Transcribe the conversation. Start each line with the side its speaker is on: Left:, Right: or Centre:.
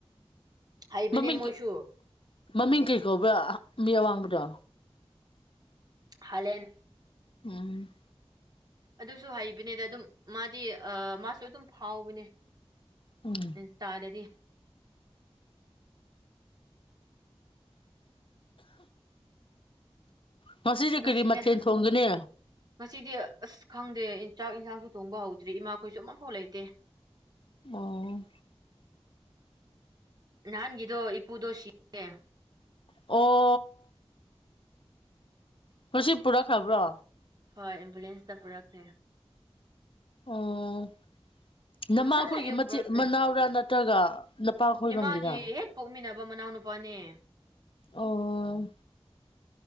Right: ꯍꯩꯕꯅꯦ
Left: ꯃꯃꯤꯡ
Right: ꯃꯣꯏꯁꯨ
Left: ꯀꯤ ꯃꯃꯤꯡ ꯀꯧꯕ꯭ꯔꯥ ꯃꯤ ꯑꯋꯥꯡꯕꯗꯣ
Right: ꯍꯥꯂꯦꯟ
Left: ꯎꯝ
Right: ꯑꯗꯨꯁꯨ ꯍꯩꯕꯅꯦꯗ ꯑꯗꯨꯝ ꯃꯥꯗꯤ ꯑꯥ ꯃꯥꯁꯨ ꯑꯗꯨꯝ ꯐꯥꯎꯕꯅꯦ
Left: ꯎꯝ
Right: ꯏꯁꯇꯥꯥꯗꯗꯤ
Left: ꯉꯥꯁꯤꯗꯤ
Right: ꯉꯁꯤꯅꯦ
Left: ꯀꯔꯤ ꯃꯊꯦꯜ ꯊꯣꯡꯒꯅꯤ
Right: ꯉꯁꯤꯗꯤ ꯑꯁ ꯈꯪꯗꯦ ꯆꯥꯛ ꯏꯟꯁꯥꯡꯁꯨ ꯊꯣꯡꯕ ꯍꯧꯗ꯭ꯔꯤ ꯏꯃꯥꯈꯣꯏꯁꯨ ꯑꯃꯐꯥꯎ ꯂꯩꯇꯦ
Left: ꯑꯣ
Right: ꯅꯥꯟꯒꯤꯗꯣ ꯏꯄꯨꯗꯣꯁꯤ <unintelligible>
Left: ꯑꯣ ꯉꯁꯤ ꯄꯨꯔꯛꯈ꯭ꯔꯥꯕ꯭ꯔꯣ
Right: ꯍꯣꯏ ꯑꯦꯝꯕꯨꯂꯦꯟꯁꯇ ꯄꯨꯔꯛꯈ꯭ꯔꯦ
Left: ꯑꯣ
Right: ꯉꯁꯥꯏ
Left: ꯅꯃꯥꯈꯣꯏꯒꯤ
Right: ꯑꯌꯨꯛ
Left: ꯃꯆꯦ
Right: ꯄꯨꯔꯛꯈ꯭ꯔꯦ
Left: ꯃꯅꯥꯎꯔꯥ ꯅꯠꯇ꯭ꯔꯒ ꯅꯄꯥ ꯈꯣꯏꯔꯣꯝꯒꯤꯔꯥ
Right: ꯏꯃꯥꯒꯤ ꯍꯦꯛ ꯄꯣꯛꯃꯤꯟꯅꯕ ꯃꯅꯥꯎꯅꯨꯄꯥꯅꯦ
Left: ꯑꯣ